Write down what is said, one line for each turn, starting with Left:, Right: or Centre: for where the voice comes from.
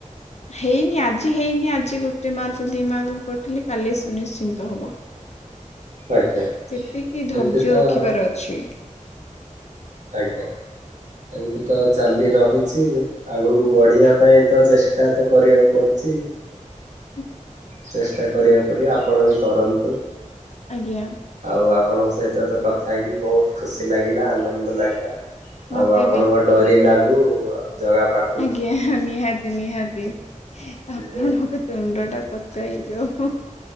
Left: ହେଇନି ଆଜି ହେଇନି ଆଜି ଗୋଟେ ମାର୍କ ଦି ମାର୍କ କଟିଲି କାଲି ସୁନିଶ୍ଚିନ୍ତ ହବ।
Right: ଆଜ୍ଞା
Left: ସେତିକି ଧୈର୍ଯ୍ୟ
Right: ଏମିତି ତ
Left: ରଖିବାର ଅଛି।
Right: ଆଜ୍ଞା ଏମିତି ତ ଚାଲି ରହିଛି। ଆଗକୁ ବଢିବା ପାଇଁ ତ ଚେଷ୍ଟା ତ କରିବାକୁ ପଡୁଛି।
Left: ହ
Right: ଚେଷ୍ଟା କରିବାକୁ ପଡିବ ଆପଣ ବି କରନ୍ତୁ।
Left: ଆଜ୍ଞା।
Right: ଆଉ ଆପଣଙ୍କ ସହିତ ତ କଥା ହେଇକି ବହୁତ ଖୁସି ଲାଗିଲା ଆନନ୍ଦ ଲାଗିଲା।
Left: ମତେ
Right: ଆଉ ଆପଣଙ୍କ
Left: ବି
Right: ଡରି ଲାଗୁ ଜଗା ପାଖ
Left: ଆଜ୍ଞା ନିହାତି ନିହାତି।
Right: ଯିବେ।
Left: ଆପଣଙ୍କ ଦ୍ଵନ୍ଦ ଟା <unintelligible> ହେଇଯାଉ।